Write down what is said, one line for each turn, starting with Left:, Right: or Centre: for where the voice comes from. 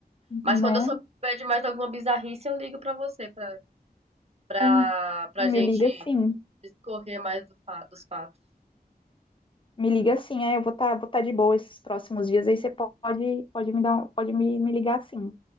Left: né?
Right: Mas quando eu souber de mais alguma bizarrice, eu ligo pra você, pra, pra,
Left: Sim,
Right: pra
Left: me
Right: gente
Left: liga sim.
Right: discorrer mais do fa- dos fatos.
Left: Me liga sim, é, eu vou estar vou tá de boa esses próximos dias, aí você pode, pode me dar, um- pode me, me ligar sim,